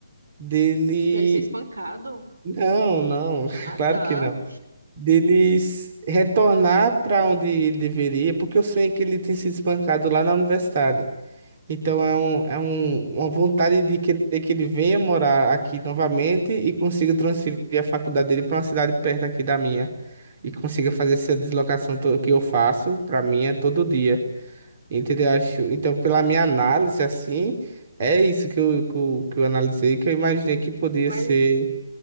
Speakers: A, on the right (about 40°); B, on the right (about 90°).
A: dele,
B: Dele ser espancado?
A: não, não, <laughs>
B: Ah,
A: claro
B: tá.
A: que não. Dele retornar para onde ele deveria, porque eu sonhei que ele tem sido espancado lá na universidade. Então é, um, é um, uma vontade de querer que ele venha morar aqui novamente e consiga transferir a faculdade dele para uma cidade perto aqui da minha. E consiga fazer essa deslocação to- que eu faço, para mim é todo dia. Entendeu? Acho, então, pela minha análise, assim, é isso que eu, que eu, que eu analisei, que eu imaginei que podia
B: Mas,
A: ser